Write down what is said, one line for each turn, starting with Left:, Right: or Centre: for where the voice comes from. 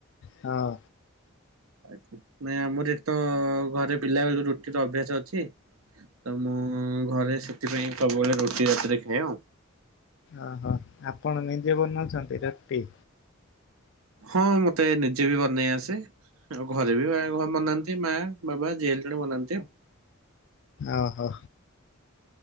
Left: ହଁ।
Right: <unintelligible> ଆମର ଏଠି ତ ଘରେ ପିଲାବେଳୁ ରୁଟିର ଅଭ୍ୟାସ ଅଛି। ତ ମୁଁ ଘରେ ସେଥିପାଇଁ ସବୁବେଳେ ରୁଟି ରାତିରେ ଖାଏ ଆଉ
Left: ଓହୋ ଆପଣ ନିଜେ ବନାଉଛନ୍ତି ରୁଟି?
Right: ହଁ ମତେ ନିଜେ ବି ବନେଇ ଆସେ ଆଉ ଘରେ ବି ବନାନ୍ତି ମା ବାବା ଜିଏ ହେଲେ ଜଣେ ବନାନ୍ତି ଆଉ
Left: ଓହୋ।